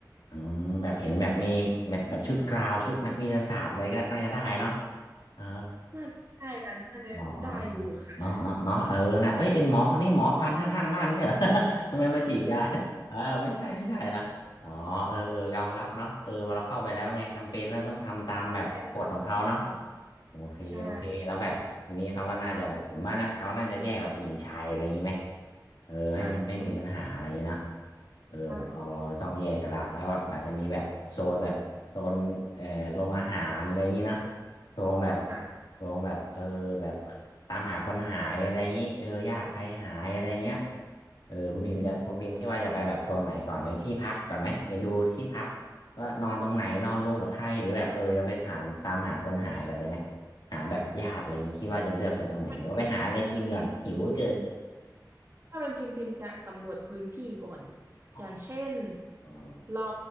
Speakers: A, on the left; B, on the right.
A: อืมแบบเห็นแบบมีแบบแบบชุดกราวชุดนักวิทยาศาสตร์อะไรก็น่าจะได้เนาะเออ
B: น่าใช่กันน่าจะได้อยู่ค่ะ
A: อ๋ออ๋ออ๋อเนาะเนาะเนาะเออนะเอ้ยเอ็นหมอคนนี้หมอฟันข้างๆบ้านไม่ใช่เหรอ <laughs> ทำไมมาฉีดยาเออไม่ใช่ไม่ใช่นะอ๋อเออเออยอมรับเนาะเออพอเราเข้าไปแล้วไงจำเป็นแล้วต้องทำตามแบบกฎของเขาเนาะ
B: <laughs> ใช่มันจะเป็นค่ะ
A: โอเคโอเคแล้วแบบทีนี้เขาว่าน่าจะแบบผมว่านะเขาน่าจะแยกแบบหญิงชายอะไรอย่างนี้ไหม
B: ใช่
A: เออให้มันไม่มีปัญหาอะไรอย่างนี้นะ
B: ค่ะอืม
A: เออผมเราเราต้องแยกกันละแล้วแบบอาจจะมีแบบโซนแบบโซนเอ่อโรงอาหารอะไรอย่างนี้นะ
B: ค่ะ
A: โซนแบบ
B: ค่ะ
A: โซนแบบเออแบบตามหาคนหายอะไรอย่างนี้เออญาติใครหายอะไรเงี้ยเออคุณพิมพ์จะคุณพิมพ์คิดว่าจะไปแบบโซนไหนก่อนไปที่พักก่อนไหมไปดูที่พัก
B: อืมอืม
A: ว่านอนตรงไหนนอนร่วมกับใครหรือแบบเออจะไปถามตามหาคนหายกันเลยไหม หาแบบญาติอะไรอย่างงี้คิดว่าจะเลือกไปตรงไหนหรือว่าไปหาอะไรกินก่อนหิวเหลือเกิน
B: ถ้าเป็นพิมพ์ถ้าเป็นพิมพ์พิมพ์จะสำรวจพื้นที่ก่อน
A: อ๋อ
B: อย่างเช่น
A: อ๋อ
B: เรา